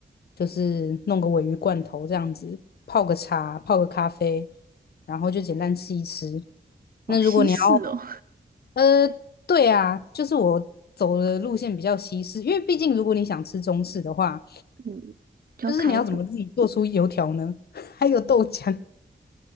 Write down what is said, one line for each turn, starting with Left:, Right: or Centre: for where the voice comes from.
Left: 就是弄个鲔鱼罐头这样子，泡个茶，泡个咖啡，然后就简单吃一吃。
Right: 好西式哦。
Left: 那如果你要呃，对啊，就是我走的路线比较西式，因为毕竟如果你想吃中式的话，
Right: <laughs> 嗯，就要开火。
Left: 就是你要怎么自己做出油条呢？<laughs> 还有豆浆